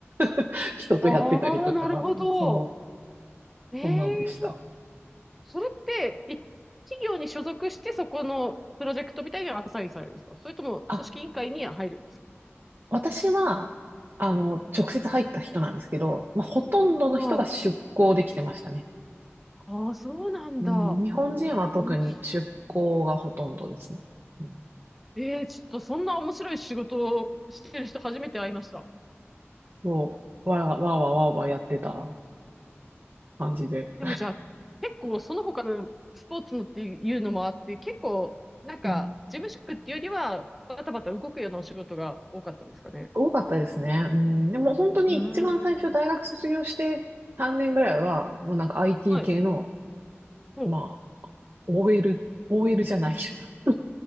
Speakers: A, on the right (about 50°); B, in the centre.
A: <laughs> 人とやってたりとか、
B: ああ、なるほど。
A: そう、
B: ええ
A: そんなんでした。
B: それって、い企業に所属してそこのプロジェクトみたいにアサインされるんですかそれとも組織委員会に入るんですか
A: あ、私は、あの、直接入った人なんですけど、まあ、ほとんどの人が出向できてましたね。
B: ああー、そうなんだ。
A: うん、日本人は特に出向がほとんどですね。
B: 面白い。
A: うん、
B: ええちょっとそんな面白い仕事をしてる人初めて会いました。
A: そう、わーわーわーわーわーやってた感じで。
B: でもじゃあ、結構その他のスポーツのっていうのもあって、結構、なんか、
A: うん
B: 事務職っていうよりは、バタバタ動くようなお仕事が多かったんですかね。
A: 多かったですね。うん、でも本当に一番最初大学卒業して3年ぐらいは、
B: うーん。
A: もうなんか IT
B: はい。
A: 系の、
B: ほう。
A: まあ、OL、OL じゃない。<laughs>